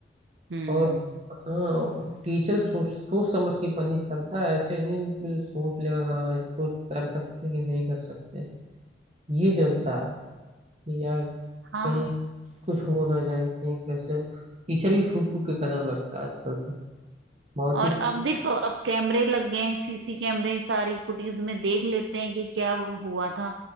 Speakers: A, on the right; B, on the right.
A: हम्म
B: और हाँ टीचर सोच सोच समझ के पनिश करता है ऐसे नहीं बिल्कुल सोच लेगा हाँ इसको कर सकते हैं कि नहीं कर सकते ये चलता है कि यार
A: हाँ
B: कहीं कुछ हो ना जाए कहीं कैसे टीचर भी फूक फूक के कदम रखता है आजकल तो बहुत
A: और
B: ही
A: अब देखो अब कैमरे लग गए हैं सीसी कैमरे सारी फुटेज में देख लेते हैं कि क्या हुआ था